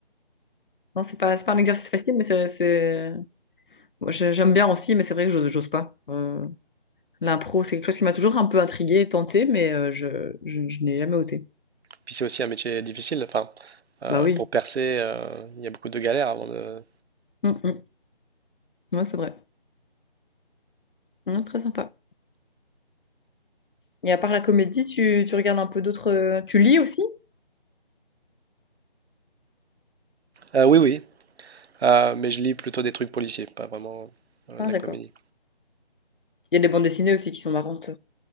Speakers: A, on the left; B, on the right.
A: non c'est pas, c'est pas un exercice facile, mais c'est... c'est- Moi, j'ai- j'aime bien aussi, mais c'est vrai que j'ose j'ose pas. Euh, l'impro, c'est quelque chose qui m'a toujours un peu intriguée et tentée, mais euh, je, je, je n'ai jamais osé.
B: Puis c'est aussi un métier difficile. Enfin, euh,
A: Bah oui.
B: pour percer, euh, il y a beaucoup de galères avant de.
A: Mm, mm. Ouais, c'est vrai. Mm, très sympa. Mais à part la comédie, tu, tu regardes un peu d'autres. euh, Tu lis aussi?
B: Euh, oui, oui. Euh, mais je lis plutôt des trucs policiers, pas vraiment euh,
A: Ah,
B: de la
A: d'accord.
B: comédie.
A: Il y a des bandes dessinées aussi qui sont marrantes.